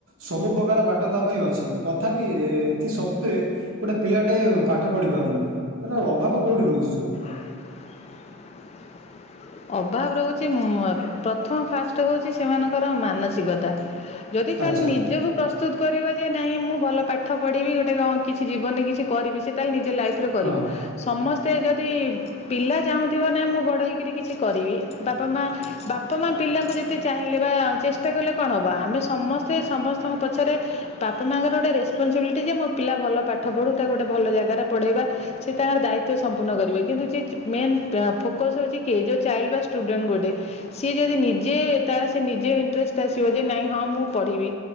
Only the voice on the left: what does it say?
<inaudible> ଅଭାବ ରହୁଛି ହୁମ୍ ପ୍ରଥମ ଫାଷ୍ଟ ହଉଛି ସେମାନଙ୍କର ମାନସିକତା । ଯଦି ଜଣେ
ନିଜକୁ ପ୍ରସ୍ତୁତ କରିବ ଯେ ନାହିଁ ମୁଁ ଭଲ ପାଠ ପଢିବି ଗୋଟେ ଗ କିଛି ଜୀବନ୍ ରେ କିଛି କରିବି ସେ ତାହେଲେ ନି ଯଉ ଲାଇଫରେ କରିବ
ସମସ୍ତେ ଯଦି ପିଲା ଚାହୁଁଥିବ ନା ମୁଁ ବଡ଼ ହେଇକରି କିଛି କରିବି ବାପା ମା ବାପା ମା ପିଲାଙ୍କୁ ଯେତେ ଚାହିଁଲେ ବା ଚେଷ୍ଟା କଲେ କଣ ହେବ ଆମେ ସମ ସମସ୍ତେ ସମସ୍ତଙ୍କ ପଛରେ ବାପା ମାଆଙ୍କର ଗୋଟେ ରେସପନ୍ସିବିଲିଟି ଯେ ମୋ ପିଲା ଭଲ ପାଠ ପଢ଼ୁ । କୁ ଗୋଟେ ଭଲ ଜାଗାରେ ପଢ଼େଇବା ସେ ତାଙ୍କର ଦାୟିତ୍ୱ ସମ୍ପୁନ କରିବେ କିନ୍ତୁ ଯେ ମେନ୍ ଫୋକସ ହଉଛି କିଏ ଯେ ଚାଇଲ୍ଡ ବା ଷ୍ଟୁଡେଣ୍ଟ ଗୋଟେ ସିଏ ଯଦି ନିଜେ ତାର ସେ ନିଜେ ଇଣ୍ଟରେଷ୍ଟ ଆସିବ ଯେ ନାଇଁ ହଁ ମୁଁ ପ ଢିବି